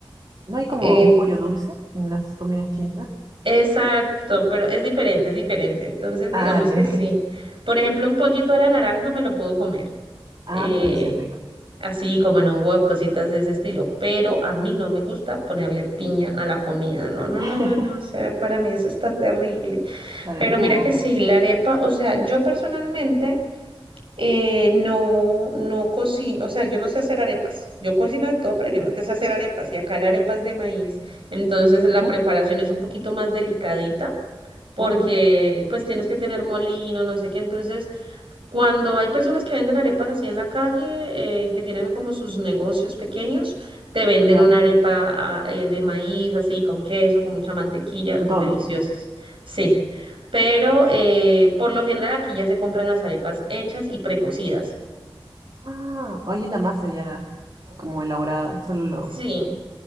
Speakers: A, on the right (about 50°); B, on the right (about 65°).
A: ¿No hay como
B: Eh,
A: un pollo dulce en las comidas chinas?
B: Exacto, pero es diferente, es diferente. Entonces, digamos
A: Ah, ya,
B: que
A: <laughs>
B: sí.
A: ya.
B: Por ejemplo, un pollito a la naranja me lo puedo comer,
A: Ah,
B: eh,
A: bueno, sí es rico.
B: así como en un huevo, cositas de ese estilo. Pero a mí no me gusta ponerle piña a la comida. No, no,
A: <laughs>
B: no, no, no. O sea, para mí eso está terrible.
A: Para
B: Pero
A: el jugo.
B: mira que sí, la arepa, o sea, yo personalmente. Eh, no, no cocino, o sea, yo no sé hacer arepas. Yo cocino de todo, pero yo no te sé hacer arepas. Y acá la arepa es de maíz, entonces
A: Ujú.
B: la preparación es un poquito más delicadita porque
A: Uy,
B: pues tienes que tener molino, no sé qué. Entonces cuando hay personas que venden arepas así en la calle, eh, que tienen como sus negocios pequeños, te venden
A: claro,
B: una arepa ah, eh, de maíz, así con queso, con mucha mantequilla,
A: con todo.
B: deliciosas. Sí, pero eh, por lo general aquí ya se compran las arepas hechas y precocidas.
A: Ah, hay una masa ya como elaborada, solo lo...
B: Sí,